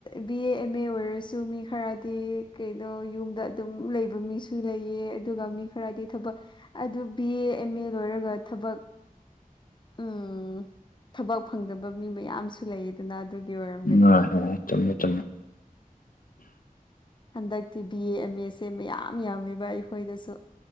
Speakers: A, on the left; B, on the left.
A: ꯕꯤ ꯑꯦ ꯑꯦꯝ ꯑꯦ ꯑꯣꯏꯔꯁꯨ ꯃꯤ ꯈꯔꯗꯤ ꯀꯩꯅꯣ ꯌꯨꯝꯗ ꯑꯗꯨꯝ ꯂꯩꯕ ꯃꯤꯁꯨ ꯂꯩꯌꯦ ꯑꯗꯨꯒ ꯃꯤ ꯈꯔꯗꯤ ꯊꯕꯛ ꯑꯗꯨ ꯕꯤ ꯑꯦ ꯑꯦꯝ ꯑꯦ ꯂꯣꯏꯔꯒ ꯊꯕꯛ ꯎꯝ ꯊꯕꯛ ꯐꯪꯗꯕ ꯃꯤ ꯃꯌꯥꯝꯁꯨ ꯂꯩ ꯗꯅ ꯑꯗꯨꯒꯤ ꯑꯣꯏꯔ
B: <unintelligible> ꯍꯣꯏ ꯆꯨꯝꯃꯦ ꯆꯨꯝꯃꯦ
A: ꯍꯟꯗꯛꯇꯤ ꯕꯤ ꯑꯦ ꯑꯦꯝ ꯑꯦꯁꯦ ꯃꯌꯥꯝ ꯌꯥꯝꯃꯦꯕ ꯑꯩꯈꯣꯏꯗꯁꯨ